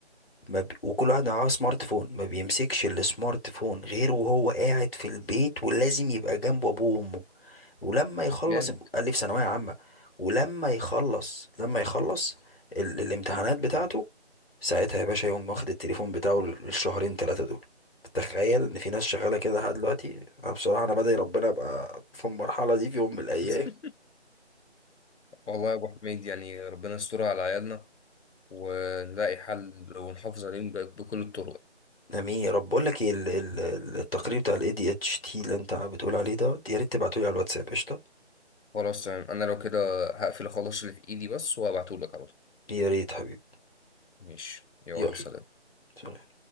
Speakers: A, on the left; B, on the left.
A: ما بي... وكل واحد معاه سمارت فون ما بيمسكش السمارت فون غير وهو قاعد في البيت ولازم يبقى جنبه ابوه وامه ولما يخلص
B: جامد
A: قال لي في ثانوية عامة ولما يخلص لما يخلص ال... الامتحانات بتاعته ساعتها يا باشا يقوم واخد التليفون بتاعه الشهرين ثلاثة دول تخيل ان في ناس شغالة كده لحد دلوقتي انا بصراحة انا بدعي ربنا ابقى في المرحلة دي في يوم من الايام
B: <laughs> والله يا ابو حميد يعني ربنا يستر على عيالنا ونلاقي حل ونحافظ عليهم ب- بكل الطرق
A: امين يا رب بقول لك ايه ال- ال- التقرير بتاع الاي دي اتش تي اللي انت بتقول عليه ده يا ريت تبعته لي على الواتساب قشطة
B: خلاص تمام انا لو كده هقفل اخلص اللي في ايدي بس وهبعتهولك على طول
A: يا ريت حبيبي
B: ماشي يلا
A: يلا
B: سلام
A: سلام.